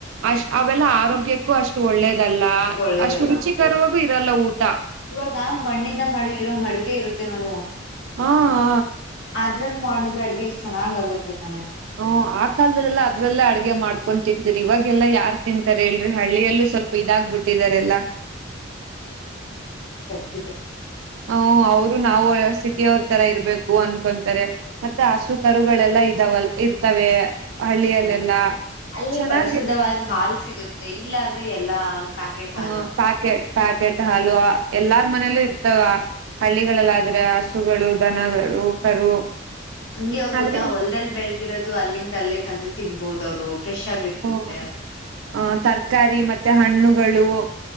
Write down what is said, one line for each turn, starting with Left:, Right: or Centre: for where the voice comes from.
Right: ಅಷ್ಟ್ ಅವೆಲ್ಲ ಆರೋಗ್ಯಕ್ ಕು ಅಷ್ಟು ಒಳ್ಳೇದ್ ದಲ್ಲ
Left: ಒಳ್ಳೇದಲ್ಲ
Right: ಅಷ್ಟು ರುಚಿಕರವಾಗು ಇರ್ ರಲ್ಲ ಊಟ.
Left: ಇವಾಗ ಮಣ್ಣಿಂದ ಮಾಡ್ಗಿರೋ ಮಡ್ಕೆ ಇರುತ್ತೆ ನೋಡು.
Right: ಹಾ ಹ.
Left: ಇದ್ರಲ್ ಮಾಡುದ್ರೆ ಅಡ್ಗೆ ಎಷ್ಟ್ ಚೆನ್ನಾಗ್ ಆಗುತ್ತೆ. ತಾನೆ
Right: ಓ ಆ ಕಾಲ್ದಲ್ಲೆಲ್ಲಾ ಅದ್ರಲ್ಲೇ ಅಡ್ಗೆ ಮಾಡ್ ಹಾಕೊಂತಿದ್ರು ಇವಾಗೆಲ್ಲಾ ಯಾರ್ ತಿಂತರ್ ಹೇಳ್ರಿ ಹಳ್ಳಿಯಲ್ಲೂ ಸ್ವಲ್ಪ ಇದಾಗ್ಬುಟ್ಟಿದಾರೆಲ್ಲಾ.
Left: ಚಿತೆ.
Right: ಹ ಅವ್ರು ನಾವು ಸಿಟಿ ಅವ್ರ ತರ ಇರ್ಬೇಕು ಅನ್ಕೊಂತಾರೆ ಮತ್ತೆ ಹಸು ಕರುಗಳೆಲ್ಲಾ ಇದಾವಲ್ ಇರ್ತವೆ. ಹಳ್ಳಿಯಲ್ಲೆಲ್ಲಾ
Left: ಹ್ಮ್ ಅಲ್ಲಿ
Right: ಚೆನ್ನಾಗಿ
Left: ಪರಿಶುದ್ಧವಾದ್ ಹಾಲ್ ಸಿಗುತ್ತೆ ಇಲ್ಲಾದ್ರೆ ಎಲ್ಲಾ. ಪ್ಯಾಕೆಟ್ ಹಾಲು
Right: ಹ ಪ್ಯಾಕೆ ಪ್ಯಾಕೆಟ್ ಹಾಲು ಎಲ್ಲಾರ್ ಮನೇಲ್ಲೂ ಇರ್ ಅಥವಾ ಹಳ್ಳಿಗಳಲ್ಲಾದ್ರೆ ಹಸುಗಳು ದನಗಳು ಕರು.
Left: ಹಂಗೆ ಅವ್ರ್ ಗೊತ್ತಾ
Right: ಆದ್ರೆ
Left: ಹೊಲ್ದಲ್ ಬೆಳ್ದಿರೋದು ಅಲ್ಲಿಂದ್ ಅಲ್ಲೇ ತಂದು ತಿನ್ಬೊದ್ ಅವ್ರು. ಫ್ರೆಶ್ ಆಗಿರ್ತತೆ
Right: ಹ್ಮ ಆ ತರ್ಕಾರಿ ಮತ್ತೆ ಹಣ್ಣುಗಳು.